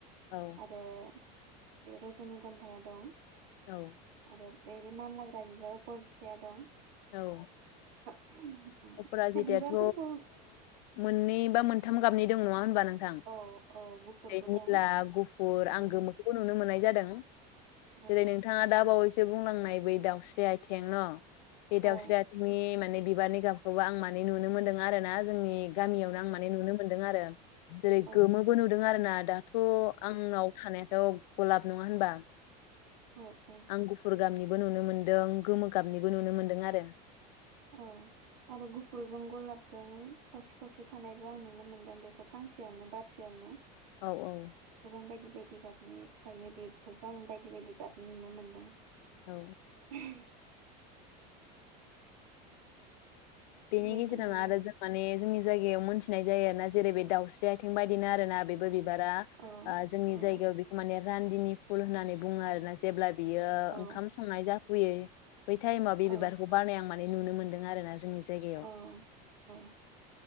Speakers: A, on the left; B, on the right.
A: औ
B: आरो बे रज'नि गन्धाया दं
A: औ
B: आरो बे रो मानलाग्रा बिबाराव परसिथाया दं
A: औ
B: <unintelligible> ओमफ्राय
A: अपराजितायाथ'
B: बिबारफोरखौ
A: मोननै बा मोनथाम गाबनि दं नङा होनबा नों नोंथां
B: औ औ गुफुरबो
A: जेरै निला
B: दं
A: गुफुर आं
B: औ
A: गोमोखौबो नुनो मोननाय जादों
B: औ
A: जेरै नोंथाङा दा बावैसो बुंलां नाय बै दाउस्रि आयथें न' बि
B: औ
A: दावस्रि आथिंनि माने बि बिबानो गाब खौबो आं माने नुनो मोन्दों आरो ना जोंनि गामियावनो आं माने नुनो मोनदों आरो जेरै
B: औ
A: गोमोबो नुदों आरो ना थ' आंनाव थानायाथ' गलाब नङा होनबा।
B: अ अ
A: आं गुफुर गाबनिबो नुनो मोन्दों गोमो गाबनिबो नुनो मोनदों आरो।
B: अ आरो गुफुरजों गलाबजों खावसे खावसे थानायबो आं नुनो मोनदों बेखौ फांसेयावनो बारसेयावनो।
A: औ औ
B: गोबां बायदि बायदि गाबनि थायो बेखौ बो आं बायदि बायदि गाबनि नुनो मोन दों
A: औ
B: ओम
A: बेनि
B: बेबायदिनो
A: गेजेरावनो आरो जों माने जोंनि जायगायाव मोनथिनाय जायो आरोना जेरै बे दाउस्रि आथिं बायदिनो आरोना बेबो बिदि बिबारा
B: औ
A: ओ जोंनि
B: औ
A: जायगायाव माने रान्दिनि फुल होननानै बुङो आरोना जेब्ला बियो
B: औ
A: ओंखाम संनाय जाफुयो बै टाइमाव बे
B: औ
A: बिबारखो बारनाय आं माने नुनो मोनदों आरोन जोंनि जायगायाव
B: औ औ